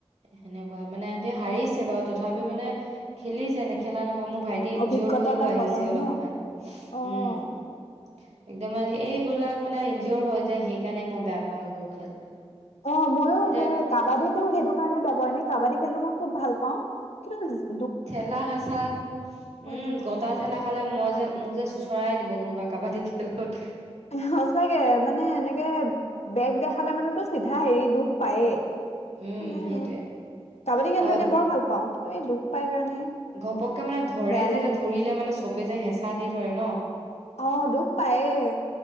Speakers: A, on the right; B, on the left.
A: সেনেকুৱা মানে সিহঁতি হাৰিছে বাৰু । তথাপিও মানে খেলিছে, নেখেলা নহয় । মোক ভাইটি ইনজ্যোৰ
B: অভিজ্ঞতা
A: হৈয়ো
B: এটা
A: আহিছে
B: হ'ল আৰু
A: অলপমান
B: ন
A: ।
B: অ
A: উম। একদম মানে এইবিলাক মানে ইনজ্যোৰ হৈ যায়, সেইকাৰণে মই বেয়া পাওঁ এইবোৰ খেল।
B: অ' ময়ো
A: এতিয়া
B: সেই কাবাডীতো সেইটো কাৰণে হোৱাৰ নে কাবাডী খেলোঁ। মই খুব ভাল পাওঁ। কিন্তু জ
A: ঠেলা-হেচাঁ,
B: কাৰণে
A: উম,
B: ভাল
A: গোটা
B: নালাগে
A: ঠেলা খালে মই যে- মোক যে চোঁচৰাই নিব কোনোবা কাবাডী খেলত
B: সচাঁকে মানে এনেকে বেগ দেখালে মানেটো চিধা হেৰি দুখ পায়ে।
A: উম
B: মানে
A: সেইটোৱে
B: আৰু । কাবাডী খেলটো
A: আৰু
B: এনে বৰ ভাল পাওঁ। কিন্তু এই দুখ পাই কাৰণে
A: ঘপককে মানে ধৰে
B: বেয়া
A: যেতিয়া,
B: লাগে
A: ধৰিলে মানে চবে যে হেঁচা দি ধৰে ন'
B: অ' দুখ পায়ে।